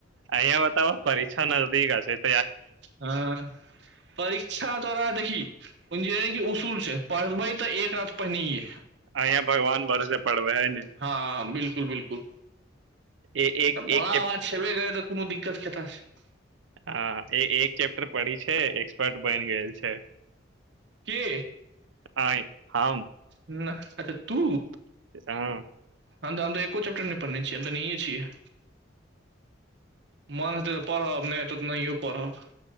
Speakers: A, on the right; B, on the right.
A: अहिया बताबऽ <unintelligible>
B: हाँ परीक्षा तोरा देखहीं उसूल छै पढ़बै त एक राति पहिंनये
A: अंया भगवान भरोसे पढ़बै हा ने
B: हँ बिल्कुल बिल्कुल
A: ए एक
B: भोला
A: एक चैप
B: बाबा छबे करै त कोनो दिक्क <unintelligible>
A: आँ ए ए एक चेप्टर पढ़ि छै एक्सपर्ट बनि गेल छै
B: के
A: आँय हम
B: न ह अच्छा तु
A: <unintelligible>
B: हम त हम एको चेप्टर नहि पढ़ने छियै हम त नहिये छियै मन हेतै त पढ़ब नै हेतै त नहियो पढ़ब